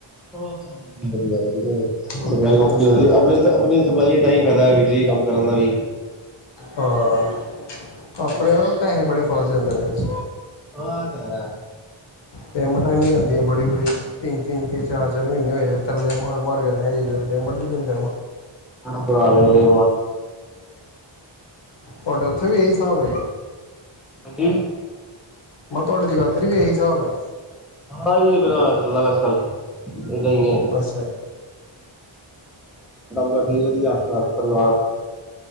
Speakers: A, in the centre; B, on the left.
A: ਹੋ ਸਭ ਵਧੀਆ-ਵਧੀਆ-ਵਧੀਆ,
B: ਹੂੰ
A: ਸਫਾਈ ਔਕਣੀ
B: ਇਸ
A: ਹੁੰਦੀ
B: ਤਰ੍ਹਾਂ
A: ਐ ਆਪਣੀ ਆਪਣੀ ਸਪਲਾਈ ਤਾਂ ਹੀ ਫਾਇਦਾ ਵੀ ਕੰਮ ਕਰਨ ਦਾ ਵੀ,
B: ਹਾਂ ਆਪਣੇ
A: ਹਾਂ
B: ਪੈਸੇ ਬੜੇ ਫਸ ਜਾਂਦੇ ਨੇ ਵਿੱਚ,
A: ਉਹ ਤਾਂ ਹੈ।
B: ਪੇਮੈਂਟਾਂ ਹੈਨੀ ਆਂਦੀਆਂ ਬੜੀ-ਬੜੀ ਤਿੰਨ-ਤਿੰਨ ਚਾਰ-ਚਾਰ ਮਹੀਨੇ ਹੋਏ ਤਰਲੇ ਮਾਰ ਮਾਰ ਕੇ ਰਹਿ ਪੇਮੈਂਟ ਨਹੀਂ ਦਿੰਦੇ।
A: <unintelligible> ਬੜਾ ਬੁਰਾ ਹਾਲ ਏ,
B: ਤੁਹਾਡੇ ਉੱਥੇ ਵੀ ਇਹੀ ਹਿਸਾਬ ਹੈਗੇ।
A: ਹਾਂਜੀ
B: ਮੈਂ ਕਿਹਾ ਤੁਹਾਡੀ ਜਗਾਦਰੀ ਵੀ ਇਹੀ ਹਿਸਾਬ ਹੈ।
A: ਹਾਂ ਬਸਸਲ, ਏਦਾਂ ਹੀ ਐ
B: ਅੱਛਾ
A: <unintelligible> ਵਧੀਆ ਘਰ ਪਰਿਵਾਰ,